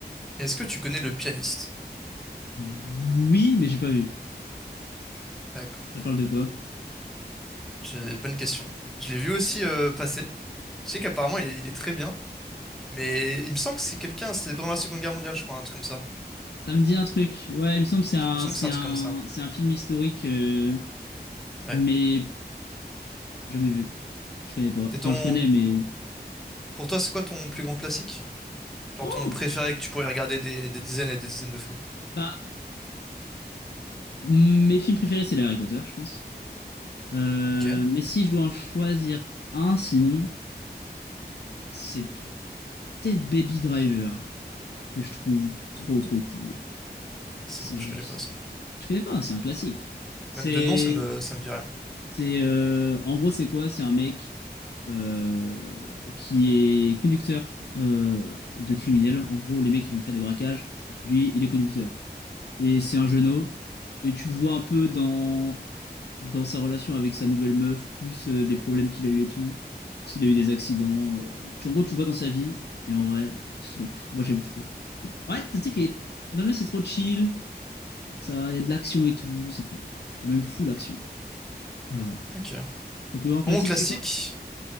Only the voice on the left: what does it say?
Oui, mais j'ai pas vu.
Ça parle de quoi?
Ça me dit un truc. Ouais, il me semble que c'est un,
c'est
un,
c'est un film historique, euh,
mais jamais vu. Je connais pas.
Enfin,
je connais, mais.
Oh!
Bah, mes films préférés, c'est les Harry Potter, je pense. Euh,
mais si je dois en choisir un, sinon, c'est peut-être Baby Driver, que je trouve trop trop cool.
C'est, je,
je connais pas, c'est un classique. C'est,
c'est, euh, en gros, c'est quoi? C'est un mec euh, qui est conducteur euh, de criminels. En gros, les mecs qui vont faire des braquages, lui, il est conducteur. et c'est un jeuneau. Et tu le vois un peu dans, dans sa relation avec sa nouvelle meuf, plus euh, des problèmes qu'il a eu et tout, parce qu'il a eu des accidents. euh, tu, en gros, tu le vois dans sa vie, et en vrai, c'est trop cool. Moi, j'aime trop. Ouais, tu sais que l'ambiance c'est trop chill, ça, il y a de l'action et tout, c'est cool. Il y a même fou l'action. Mais voilà.
Ton plus grand classique,
c'est quoi?